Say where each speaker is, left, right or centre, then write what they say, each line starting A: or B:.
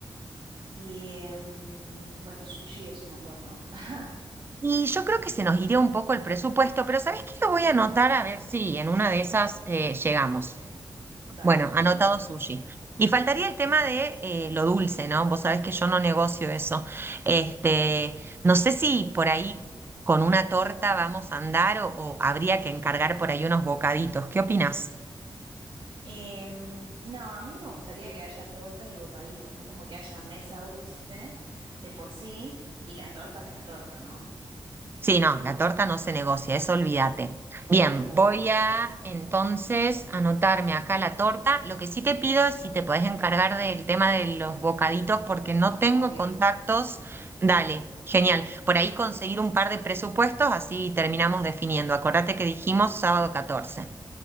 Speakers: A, on the right; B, on the right.
A: Y em, bueno, sushi es un montón, ¿no? <laughs>
B: Y yo creo que se nos iría un poco el presupuesto, pero ¿sabes qué? Lo voy a anotar a ver si en una de esas eh, llegamos.
A: Dale,
B: Bueno,
A: de
B: anotado
A: una.
B: sushi. Y faltaría el tema de eh, lo dulce, ¿no? Vos sabés que yo no negocio eso. Este, no sé si por ahí con una torta vamos a andar o, o habría que encargar por ahí unos bocaditos. ¿Qué opinás?
A: Em, no, a mí me gustaría que haya torta y bocaditos, ¿no? Como que haya mesa dulce de por sí y la torta es la torta, ¿no?
B: Sí, no, la torta no se negocia, eso olvídate. Bien,
A: Tal
B: voy
A: cual,
B: a entonces anotarme acá la torta. Lo que sí te pido es si te podés encargar del tema de los bocaditos porque no tengo
A: obvio.
B: contactos. Dale, genial. Por ahí conseguir un par de presupuestos, así terminamos definiendo. Acordate que dijimos sábado 14.